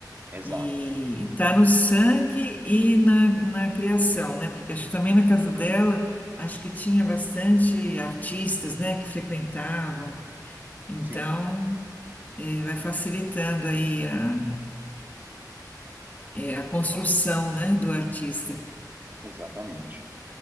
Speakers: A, on the right; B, on the left.
A: Exato,
B: E está no sangue e na, na criação, né? Porque acho que também na casa dela, acho que tinha bastante artistas, né, que frequentavam. Então,
A: sim,
B: eh, vai facilitando aí a, eh, a construção, né, do artista.
A: exatamente.